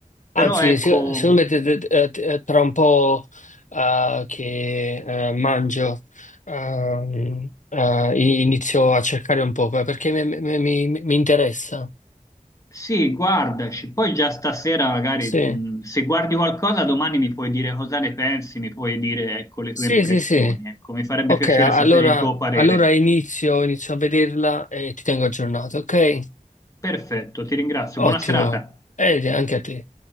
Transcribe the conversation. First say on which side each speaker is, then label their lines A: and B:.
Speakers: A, on the left (about 60°); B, on the left (about 25°).
A: Anzi,
B: Però ecco,
A: se- secondo me te- te- eh, te- eh, tra un po' eh, che eh, mangio, ehm, eh, inizio a cercare un po' perché mi, mi- mi- mi mi interessa.
B: Sì, guardaci, poi già stasera magari
A: Sì,
B: mh, se guardi qualcosa domani mi puoi dire cosa ne pensi, mi puoi dire ecco, le
A: sì,
B: tue impressioni,
A: sì, sì.
B: ecco, mi farebbe
A: Ok,
B: piacere
A: allora,
B: sapere il tuo parere.
A: allora inizio, inizio a vederla e ti tengo aggiornato, ok?
B: Perfetto, ti ringrazio,
A: Ottimo.
B: buona serata.
A: E anche a te.